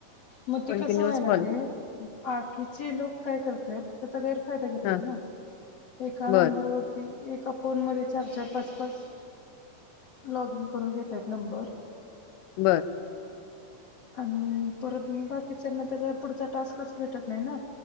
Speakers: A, on the left (about 50°); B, on the left (about 75°).
A: मग ते
B: कंटिन्युअस
A: कस व्हायला
B: कॉल
A: लागले बाकीचे लोक काय करतय त्याचा गैरफायदा घेतय
B: हा
A: ना एका नंबरवर
B: बर
A: ती एका फोन मध्ये चार चार पाच पाच लॉग इन करून घेतय नंबर
B: बरं
A: आणि परत बा किचनना त्याचा पुढचा टास्कच भेटत नाही ना